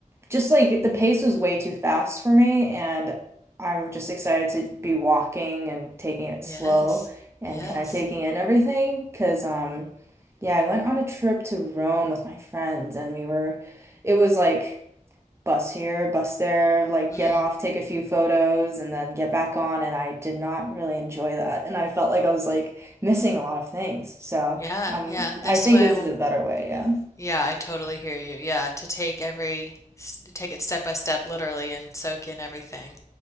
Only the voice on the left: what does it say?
Yes.
Yes.
Mm.
Yeah,
yeah. This
way
we'll
Yeah, I totally hear you. Yeah, to take every s- take it step by step literally and soak in everything.